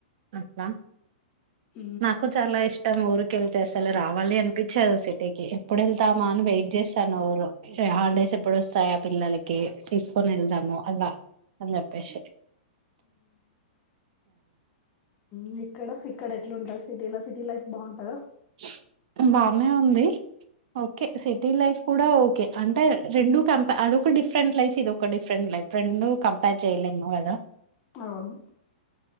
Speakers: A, on the right; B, on the left.
A: అస్తా.
B: ఇ
A: నాకు చాలా ఇష్టం ఊరికి ఎళ్తే అసలు రావాలి అనిపించాదు సిటీకి, ఎప్పుడు వెళ్తామా అని వెయిట్ చే స్తాను ఊరు. హాలిడేస్ ఎప్పుడు వస్తాయా పిల్లలకి తీస్ కొని వెళ్దాము అల, అని చెప్పేసి.
B: మ్ ఇక్కడ, ఇక్కడ ఎట్లుంటావ్ సిటీలో సిటీ లైఫ్ బాగుంటదా.
A: ప్చ్ బానే ఉంది. ఓకే. సిటీ లైఫ్ కూడా ఓకే, అంటే రెండు కంప అదొక డిఫరెంట్ లైఫ్, ఇది ఒక డిఫరెంట్. లైఫ్ రెండు కంపేర్ చెయలేము, కదా.
B: అవును